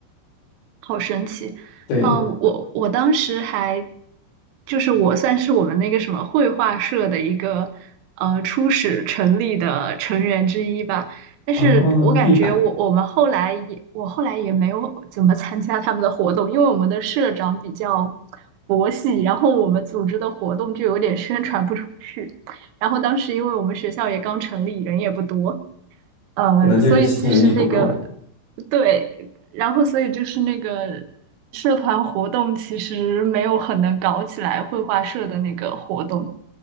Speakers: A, on the right; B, on the left.
A: 好神奇，
B: 对，
A: 嗯，我我当时还就是我算是我们那个什么绘画社的一个呃初始成立的成员之一吧，但是我感觉我我们后来也我后来也没有怎么参加他们的活动，
B: 哦，厉害，
A: 因为我们的社长比较佛系，然后我们组织的活动就有点宣传不出去，然后当时因为我们学校也刚成立，人也不多。呃，
B: 可能就是吸引力不够。
A: 所以其实那个对，然后所以就是那个社团活动其实没有很能搞起来绘画社的那个活动，